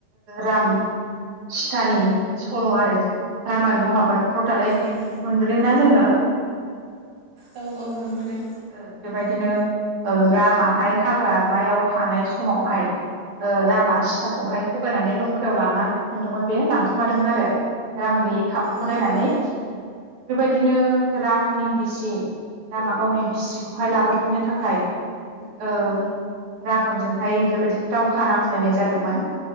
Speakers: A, on the right; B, on the right.
A: राम सितानि सल' आरो रामायन महाभारतफ्राव दालाय
B: उम
A: मोनबोदोंना जोङो।
B: औ औ मोनबोदों
A: ओ बेबायदिनो ओ रामाहाय हाग्रामायाव थानाय समावहाय ओ रामा सिताखौहाय थगायनानै लंखायाव लानानै थांदोंमोन बे लांखोमादोंमोन आरो राम गैयै खाबुखौ
B: औ
A: नायनानै
B: औ
A: बेबायदिनो रामनि बिसि रामा गावनि बिसि खौहाय लाबोफिननो थाखाय ओ राबनजोंहाय बेबायदिनो दावहा नांज्लायनाय जादोंमोन